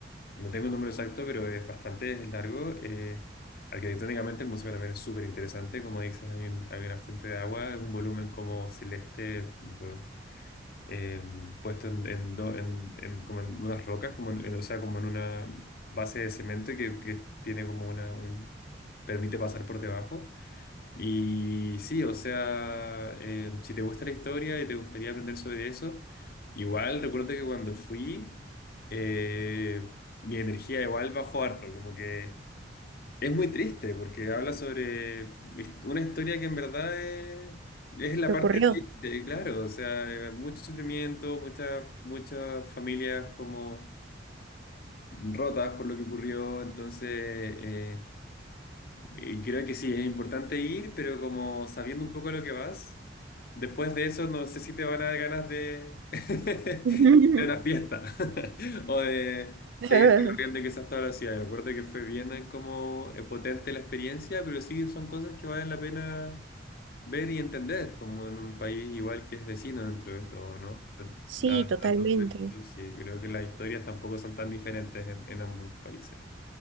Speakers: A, on the left; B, on the right.
A: No tengo un número exacto, pero es bastante largo. Eh, arquitectónicamente el museo también es súper interesante. Como dices, hay, un- hay una fuente de agua, es un volumen como celeste bu- eh, puesto en, en, do- en- en- como en unas rocas, como en, en- o sea, como en una base de cemento que, que tiene como una... un- permite pasar por debajo. Y sí, o sea, eh, si te gusta la historia y te gustaría aprender sobre eso, igual recuerdo que cuando fui, eh, mi energía igual bajó harto, como que es muy triste porque habla sobre hist- una historia que en verdad es, es la
B: lo
A: parte
B: ocurrió.
A: triste, claro, o sea, eh, mucho sufrimiento, muchas muchas familias como rotas por lo que ocurrió, entonces... eh, y creo que sí, es importante ir, pero como sabiendo un poco lo que vas, después de eso no sé si te van a dar ganas de, <laughs> de
B: <laughs>
A: una fiesta <laughs> o de
B: <laughs>
A: seguir recorriendo quizás toda la ciudad. Recuerdo que fue bien eh, como eh, potente la experiencia, pero sí son cosas que valen la pena ver y entender, como en un país igual que es vecino dentro de todo, ¿no? Da-
B: Sí,
A: da
B: totalmente.
A: todo esto, sí, creo que las historias tampoco son tan diferentes en en ambos países.